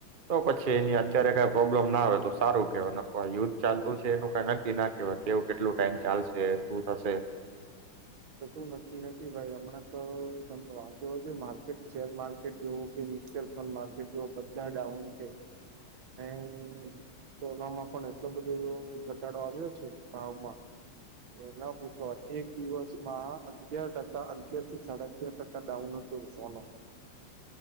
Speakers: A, on the right; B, on the right.
A: તો પછી એની અત્યારે કઈ પ્રોબ્લેમ ના આવે તો સારુ કેવાય, નક યુદ્ધ ચાલતું છે એનું કંઈ નક્કી ના કેવાય, કેવું કેટલું ટાઈમ ચાલશે? શું થશે?
B: તો શું નક્કી નથી ભાઈ, હમણાં તો તમને વાંધ <inaudible> છે માર્કેટ શેર માર્કેટ જોવું કે મ્યુચ્યુઅલ ફંડ માર્કેટ જોવ બધા ડાઉન છે. એમ સોનામાં પણ એટલો બધો ઘટાડો આવ્યો છે, ભાવમાં એના પૂછો, એક દિવસ મા અગયાર ટકા અગિયાર થી સાડા અગિયાર ટકા ડાઉન હતુ સોનુ.